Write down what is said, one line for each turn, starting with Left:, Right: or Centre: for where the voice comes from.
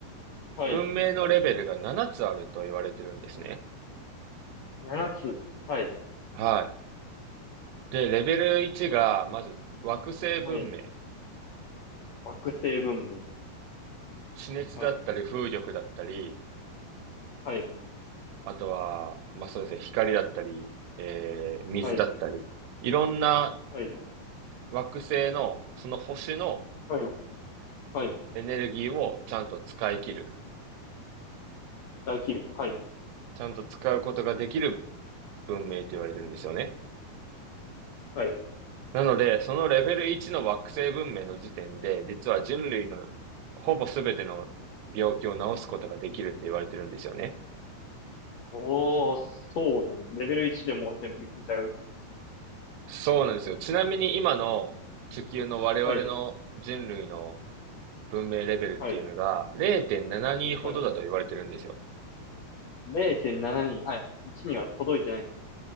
Left: はい。
Right: 文明のレベルが7つあると言われてるんですね。
Left: 7つ。はい。
Right: はい。で、レベル1がまず惑星文明。
Left: はい。惑星文明。
Right: 地熱だったり風力だったり、
Left: はい。はい。
Right: あとは、まあそうですね、光だったり、えー、水だったり、
Left: はい。
Right: いろんな
Left: はい。
Right: 惑星の、その星の
Left: はい。はい。
Right: エネルギーをちゃんと使い切る。
Left: 大気流。はい。
Right: ちゃんと使うことができる文明と言われてるんですよね。
Left: はい。
Right: なので、そのレベル1の惑星文明の時点で、実は人類のほぼ全ての病気を治すことができるって言われてるんですよね。
Left: おー、そうなんです。レベル1でもう全部いけちゃうんですね。
Right: そうなんですよ。ちなみに今の地球の我々の人類の
Left: はい。
Right: 文明レベルっていうのが0.72ほどだと言われてるんですよ。
Left: はい。はい。0.7人、はい。1には届いてないですね。